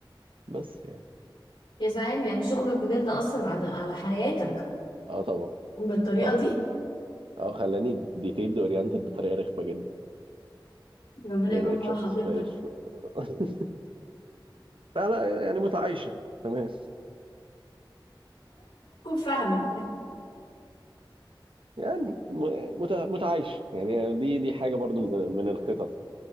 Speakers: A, on the right; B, on the left.
A: بس يعني
B: يا سلام يعني شغلك بجد أثر على على حياتك
A: اه طبعا
B: بالطريقة
A: طبعا
B: دي
A: اه خلاني ديتيلد اورينتد بطريقه رخمه جدا
B: ربنا
A: يعني
B: يكون
A: بقيت
B: في عون
A: شخص
B: خطيبتك
A: بقيت <laughs> لا لا يعني متعايشه تمام
B: فاهمة
A: يعني م- مت... متعايشه يعني دي دي حاجه برضو من من الخطط